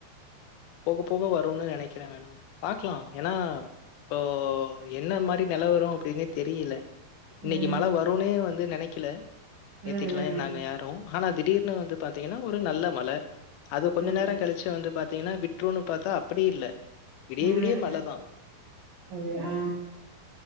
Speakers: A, on the left (about 80°); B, on the right (about 60°).
A: போக போக வரும்னு நெனைக்கிற மேடம் பாக்கலா ஏன்னா இப்போ என்ன மாரி நிலவரோ அப்டின்னே தெரியல இன்னைக்கு
B: ம்
A: மழ வருன்னே வந்து நெனைக்கல நேத்திக்கலா
B: ம்
A: எ
B: ம்
A: நாங்க யாரு ஆனா திடீர்னு வந்து பாத்தீங்கன்னா ஒரு நல்ல மழ அது கொஞ்சோ
B: ம்
A: நேரோ கழிச்சு வந்து பாத்தீங்கன்னா விட் னு பாத்தா அப்டி இல்ல விடிய
B: ம்
A: விடிய மழை தான்.
B: ஆ ஆ